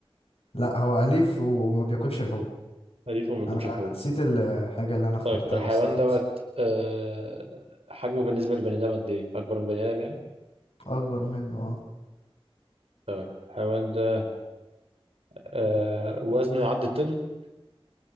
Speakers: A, on the left; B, on the right.
A: لا هو اليف وما بياكلش لحوم
B: أليف وما بياكلش
A: انا
B: لحوم
A: أنا نسيت الحاجه اللي انا اخترتها
B: طيب الحيوان
A: بس خلاص
B: دوت آه حجمه بالنسبة للبني آدم قد إيه؟ أكبر من بني آدم يعني؟
A: اكبر منه اه
B: طيب الحيوان ده آه وزنه يعدي الطن؟ <laughs>